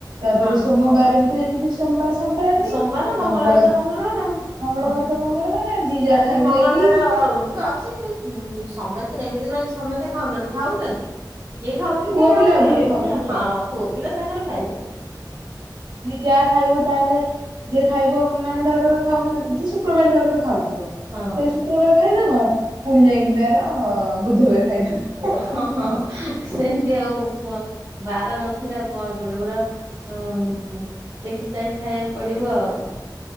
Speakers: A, on the right; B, on the right.
A: ତାପରେ
B: ହଁ
A: ସୋମବାର ବି ତ ଏମିତି ସୋମବାର ସଂକ୍ରାନ୍ତି
B: ସୋମବାର ମଙ୍ଗଳବାର
A: ମଙ୍ଗଳ
B: ତ ମଙ୍ଗଳବାର।
A: ମଙ୍ଗଳବାର
B: ହଁ
A: ତ ମଙ୍ଗଳବାର ଯିଏ ଯାହା
B: ଆଉ ସେ
A: ଖାଇବେ
B: ମଙ୍ଗଳବାର
A: ଯାଇକି
B: ଅ ଅଛି ହୁଁ ସମସ୍ତେ ଏମିତି ନୁହଁ ଯେ ସମେତେ ଖାଉନାହାନ୍ତି ଖାଉଚନ୍ତି କିଏ ଖାଉଚି
A: ପୁଅ
B: କିଏ ଖାଉନି
A: ପିଲା ଅଧିକ
B: ଆଉ ଏଇଭଳିଆ
A: ଖାଉଥିବେ
B: ହଁ
A: ଆଉ।
B: ପୁଅ ପିଲା ତାଙ୍କର ଖାଇବେ।
A: ଯିଏ ଯା ଖାଇବ ତାହେଲେ ଯିଏ ଖାଇବ ମାନେ ଧରକାର ଖାଉନ ଯିଏ ଶୁକ୍ରବାର ଧରକର ଖାଉଥିବ
B: ହଁ
A: ତାାର ଶୁକ୍ରବାର ଖାଇଦବ ପୁଣି ଯାଇକି ତାର ବୁଧବାର ଖାଇଦବ।
B: ଓ ହ ହ ହ ସେମତି ଆଉ ବାର ନଥିଲେ ଆଉ କଣ କରିବ ପୁରା ହଁ ଉଁ ଦେଖି ଚାହିଁ ଖାଇବାକୁ ପଡିବ ଆଉ।